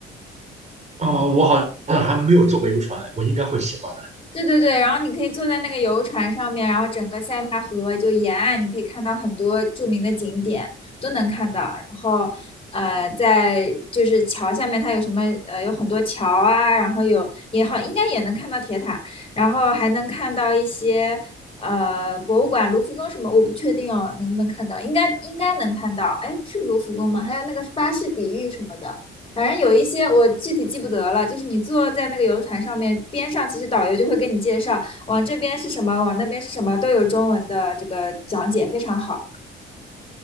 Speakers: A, on the right (about 35°); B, on the left (about 25°).
A: 哦，我好像还没有坐过游船，我应该会喜欢的。
B: 对对对，然后你可以坐在那个游船上面，然后整个塞纳河就沿岸，你可以看到很多著名的景点都能看到。然后，呃，在就是桥下面，它有什么呃，有很多桥啊，然后有也好，应该也能看到铁塔，然后还能看到一些呃博物馆，卢浮宫什么，我不确定哦，能不能看到？应该应该能看到，哎，是卢浮宫吗？还有那个巴士底狱什么的。反正有一些我具体记不得了，就是你坐在那个游船上面，边上其实导游就会跟你介绍，往这边是什么，往那边是什么，都有中文的这个讲解，非常好。